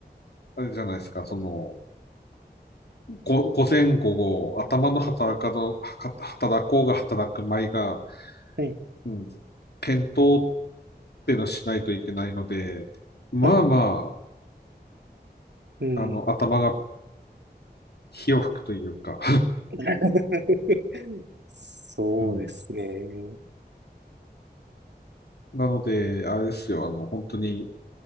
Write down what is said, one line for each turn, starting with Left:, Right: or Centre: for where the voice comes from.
Left: あれじゃないですか、その、ご午前午後、頭の働かど、
Right: はい、
Left: はか働こうが働く前が、
Right: はい。
Left: うん、検討っていうのをしないといけないので、まあま
Right: はいうん。
Left: あ、あの、頭が火を吹くというか
Right: <laughs> そうですね。
Left: <laughs> うん。なので、あれですよ、あの、本当に、